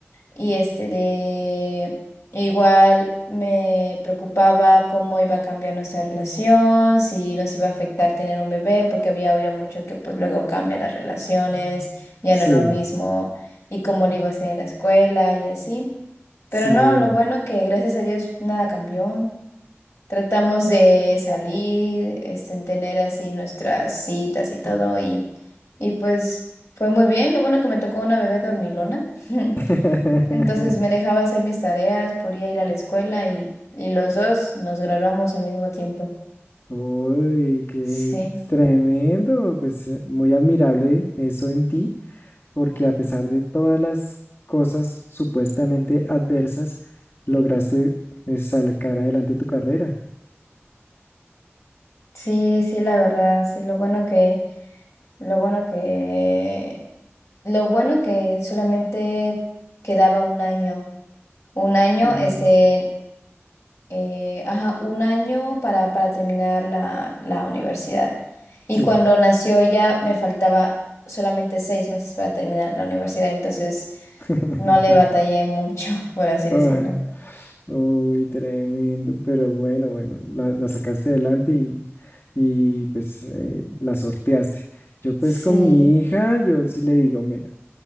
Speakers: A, on the left (about 85°); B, on the left (about 55°).
A: y este de, igual me preocupaba cómo iba a cambiar nuestra relación, si nos iba a afectar tener un bebé, porque había oído mucho que pues luego cambian las relaciones, ya
B: sí,
A: no es lo mismo y cómo le iba a hacer en la escuela y así. Pero
B: sí.
A: no,
B: de-
A: lo bueno que gracias a Dios nada cambió, Tratamos de salir, este, en tener así nuestras citas y todo, y, y pues fue muy bien. Lo bueno que me tocó una bebé dormilona, <laughs>
B: <laughs>
A: entonces me dejaba hacer mis tareas, podía ir a la escuela y, y los dos nos graduamos al mismo tiempo.
B: Uy, qué
A: Sí,
B: tremendo, pues eh, muy admirable eso en ti. porque a pesar de todas las cosas supuestamente adversas, lograste eh, sacar adelante tu carrera.
A: sí, sí, la verdad, sí, lo bueno que, lo bueno que, lo bueno que solamente quedaba un año, un año,
B: Mm,
A: este, eh, ajá, un año para, para terminar la, la universidad. Y
B: sí.
A: cuando nació ella me faltaba solamente seis meses para terminar la universidad, entonces
B: <laughs>
A: no le batallé mucho, <laughs> por así decirlo.
B: Ah, uy, tremendo, pero bueno, bueno, la, la sacaste adelante y, y, pues eh, la sorteaste. Yo pues
A: Sí,
B: con mi hija, yo sí le digo, mira,